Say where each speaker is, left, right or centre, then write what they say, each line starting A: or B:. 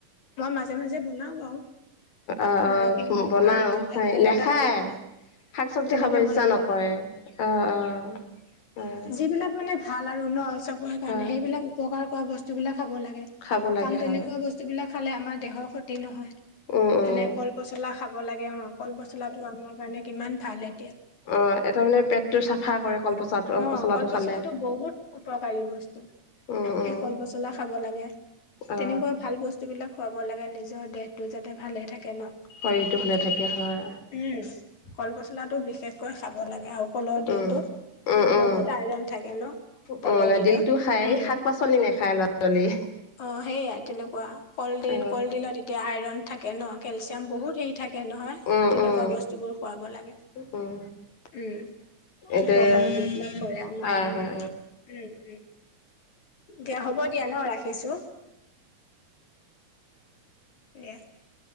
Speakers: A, on the left (about 60°); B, on the left (about 85°).
A: মই মাজে মাজে বনাও বাৰু।
B: অ
A: নৰসিংহ
B: অ বনাও
A: উম
B: খাই
A: ভেদাইলতা
B: নাখায়।
A: দিওঁ
B: শাক চব্জি
A: তেনেকে
B: খাব ইচ্ছা
A: বনাব
B: নকৰে
A: লাগে
B: অ অ অ।
A: যিবিলাক মানে ভাল আৰু ন চবৰে কাৰণে
B: হয়
A: সেইবিলাক উপকাৰ কৰা বস্তুবিলাক খাব লাগে
B: খাব লাগে
A: কাৰণ
B: হয়
A: তেনেকুৱা বস্তু সেইবিলাক খালে আমাৰ দেহৰ ক্ষতি নহয়।
B: উম উম
A: যেনে কল পচলা খাব লাগে অ কল পচলাটো আমাৰ কাৰণে কিমান ভাল এতিয়া।
B: অ এটা মানে পেটটো চাফা কৰে কল পচল
A: অ
B: পচলাটো
A: কল
B: খালে।
A: বহুত উপকাৰী বস্তু
B: উম উম
A: সেই কল পচলা খাব লাগে
B: অ
A: তেনে কোৱা ভাল বস্তু বিলাক খুৱাব লাগে নিজৰ দেহতো যাতে ভালে থাকে ন।
B: শৰীৰটো ভালে থাকে হয়।
A: উম কল পচলাটো বিশেষকৈ খাব লাগে আৰু কলৰ দিলটোত,
B: উম উম উম
A: বহুত আইৰন থাকে ন? কলৰ
B: উ মানে
A: দিলত।
B: দিলটো খাই
A: উম
B: শাক পাচলি নাখায় ল'ৰা ছোৱালী
A: আহ সেইয়া তেনেকুৱা। কলডিল
B: অ
A: কলডিলত এতিয়া আইৰন থাকে ন? কেলচিয়াম বহুত হেৰি থাকে নহয়
B: উম
A: তেনেকুৱা
B: উম
A: বস্তুবোৰ খুৱাব লাগে।
B: উম
A: উম,
B: এতিয়া
A: উপকাৰ যিবিলাক কৰে আমাক
B: হয়
A: আৰু।
B: হয়
A: উম উম, দিয়া হ'ব দিয়া ন ৰাখিছো। এয়া